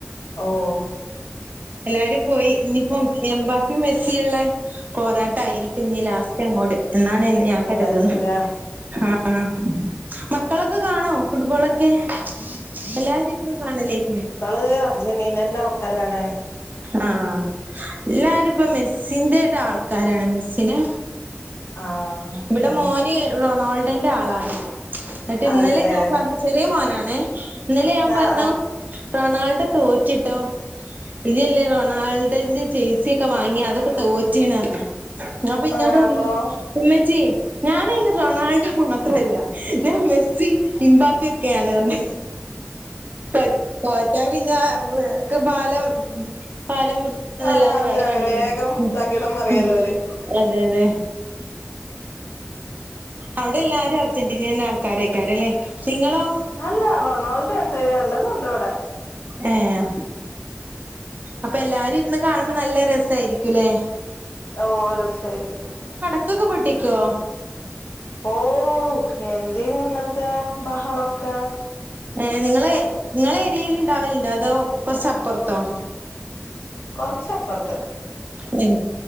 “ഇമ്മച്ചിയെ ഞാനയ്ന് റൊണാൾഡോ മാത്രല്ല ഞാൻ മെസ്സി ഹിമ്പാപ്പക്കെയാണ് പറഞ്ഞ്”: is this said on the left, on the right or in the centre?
Right